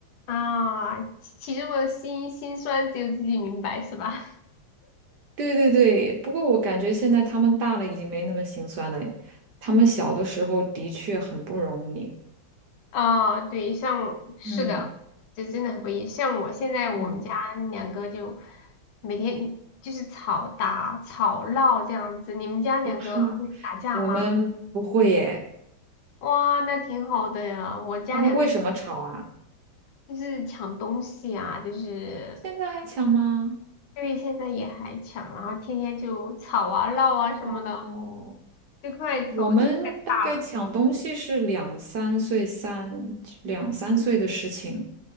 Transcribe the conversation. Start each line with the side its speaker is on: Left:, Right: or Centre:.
Left: 啊，其中的辛辛酸只有自己明白，是吧？
Right: 对对对，不过我感觉现在他们大了，已经没那么心酸了。他们小的时候的确很不容易。
Left: 啊，对，像是的，
Right: 嗯
Left: 这真的很不易。像我现在我们家两个就
Right: 嗯，
Left: 每天就是吵打、吵闹这样子。你们家两个会打架吗？
Right: 哦，是吗？我们不会耶。
Left: 哇，那挺好的呀。我家两个
Right: 他们为什么吵啊？
Left: 就是抢东西啊，就是
Right: 现在还抢吗？
Left: 因为现在也还抢，然后天天就吵啊、闹啊什么的，
Right: 哦。
Left: 就快头就快大了。
Right: 我们大概抢东西是两三岁三两三岁的事情，